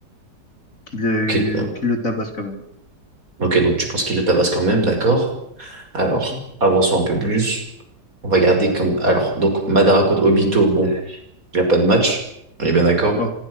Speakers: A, on the left; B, on the right.
A: qu'il a
B: Ok, euh,
A: qu'il le tabasse quand même.
B: ok, donc tu penses qu'il le tabasse quand même, d'accord. Alors,
A: Mhm.
B: avançons un peu plus. On va garder comme. Alors, donc Madara contre Obito, bon. Il n'y a pas de match. On est bien d'accord?
A: Ouais,